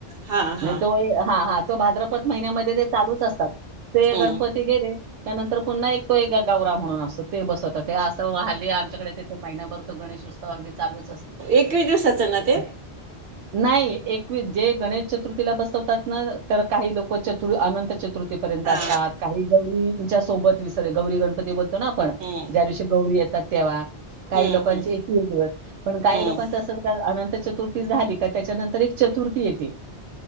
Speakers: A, on the right; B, on the right.
A: हा
B: म्हणे
A: हा
B: तो हा हा तो भाद्रपद महिन्यामध्ये ते चालूच असतात. ते
A: हम्म
B: गणपती गेले त्यानंतर पुन्हा एक तो एक गौराव म्हणून असतो ते बसतात हे असं हल्ली आमच्याकडे तथे महिनाभर ते गणेश उत्सव चालूच असते.
A: एकवीस दिवसाचं ना ते?
B: <inaudible> नाही एकवीस जे गणेश चतुर्थीला बसवतात ना तर काही लोक चतुर् अनंत चतुर र्थी पर्यंत
A: हा
B: असतात काही गौरींच्या सोबत विसर गौरी गणपती बोलतो ना आपण
A: हम्म
B: ज्या दिवशी गौरी येतात तेव्हा काही
A: हम्म
B: लोकांचे
A: हम्म
B: एकवीस दिवस पण काही
A: हम्म
B: लोक च अनंत चतुर्थी झाली का त्याच्यानंतर एक चतुर्थी येते,